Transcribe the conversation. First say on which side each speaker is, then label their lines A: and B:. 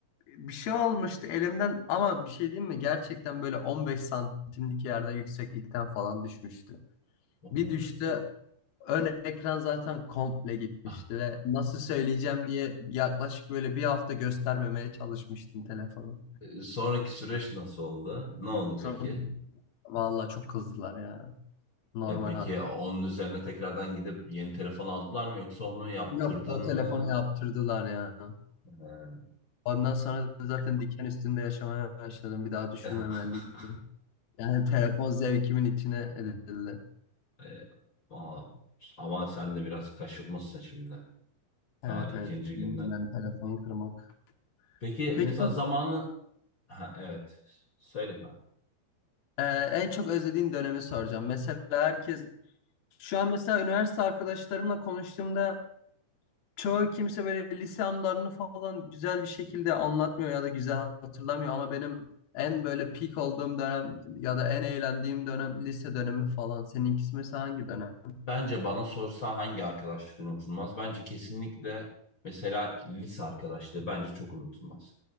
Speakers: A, on the left; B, on the left.
A: bir şey olmuştu elimden ama bir şey diyeyim mi? Gerçekten böyle 15 santimlik yerden yükseklikten falan düşmüştü.
B: Hmm.
A: Bir düştü ön ekran zaten komple gitmişti
B: Ah,
A: ve nasıl söyleyeceğim diye yaklaşık böyle bir hafta göstermemeye çalışmıştım telefonu.
B: e, Sonraki süreç nasıl oldu? Ne oldu
A: Sonra
B: peki?
A: vallahi çok kızdılar ya. Normal
B: E peki
A: haklı.
B: onun üzerine tekrardan gidip yeni telefon aldılar mı yoksa onu yaptırdın
A: Yok o telefonu
B: mı?
A: yaptırdılar ya.
B: Ee,
A: Ondan sonra da zaten diken üstünde yaşamaya başladım. Bir daha düşürmemeliyim.
B: <laughs>
A: Yani telefon zevkimin içine edildi.
B: e, ama, ama sen de biraz kaşınmışsın şimdi.
A: Evet
B: Daha ikinci
A: evet. Kimden
B: günden.
A: telefon kırmak.
B: Peki
A: Peki
B: mesela zamanı... Ha, evet. Söyle.
A: e, en çok özlediğin dönemi soracağım. Mesela herkes şu an mesela üniversite arkadaşlarımla konuştuğumda çoğu kimse böyle lise anılarını falan güzel bir şekilde anlatmıyor ya da güzel hatırlamıyor ama benim en böyle peak olduğum dönem ya da en eğlendiğim dönem lise dönemi falan. Seninkisi mesela hangi dönem?
B: Bence bana sorsa hangi arkadaşlık unutulmaz? Bence kesinlikle mesela lise arkadaşlığı bence çok unutulmaz.